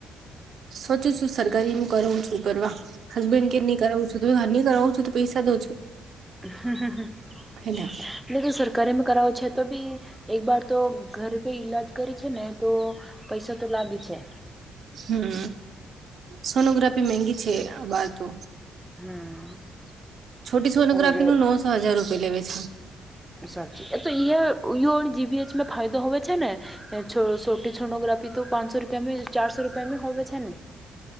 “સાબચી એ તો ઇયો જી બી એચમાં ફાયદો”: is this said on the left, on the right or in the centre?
Centre